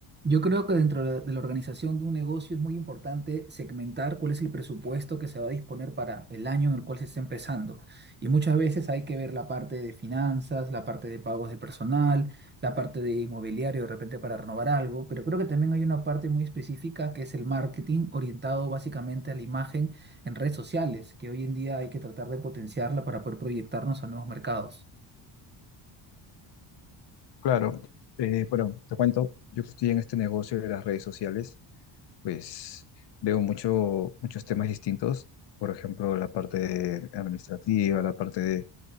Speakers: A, on the right; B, on the left.
A: Yo creo que dentro de la de la organización de un negocio es muy importante segmentar cuál es el presupuesto que se va a disponer para el año en el cual se está empezando. Y muchas veces hay que ver la parte de finanzas, la parte de pagos de personal, la parte de inmobiliario de repente para renovar algo, pero creo que también hay una parte muy específica que es el marketing orientado básicamente a la imagen en redes sociales, que hoy en día hay que tratar de potenciarla para poder proyectarnos a nuevos mercados.
B: Claro, eh, bueno, te cuento, yo que estoy en este negocio de las redes sociales, pues veo mucho, muchos temas distintos, por ejemplo, la parte de- administrativa, la parte de,